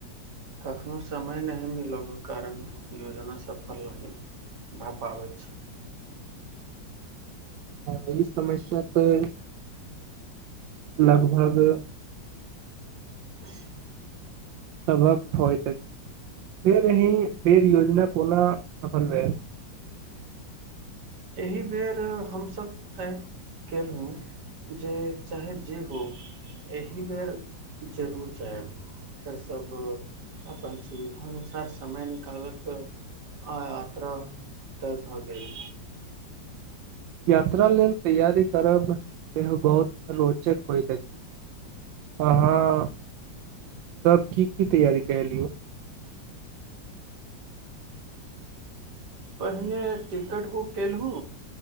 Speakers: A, on the right; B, on the right.
A: कखनोहु समय नहि मिलयक कारण योजना सफल नहि भऽ पाबैत छै
B: आ ई समस्या तऽ लगभग
A: ा
B: सबक होइ फेर अही फेर योजना कोना सफल भेल
A: एहि बेर हमसभ तय केलहुँ जे चाहे जे हो एहि बेर जरूर जायब फेर सब अपन सुविधा अनुसार समय निकालब आ यात्रा तय भऽ गेल
B: यात्रा लेल तैयारी करब सेहो बहुत रोचक होइत अछि अहाँ सब की की तैयारी केलियौ
A: पहिने टिकट बुक कयेलहुँ